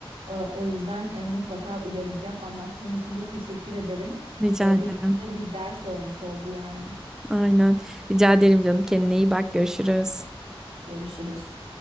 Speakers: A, on the right; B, in the centre.
A: Ee, O yüzden e, mutlaka uyaracağım. Anlattığın için de teşekkür ederim.
B: Rica
A: Ee,
B: ederim.
A: Benim için de bir ders olmuş oldu yani.
B: Aynen. Rica ederim canım. Kendine iyi bak. Görüşürüz.
A: Görüşürüz.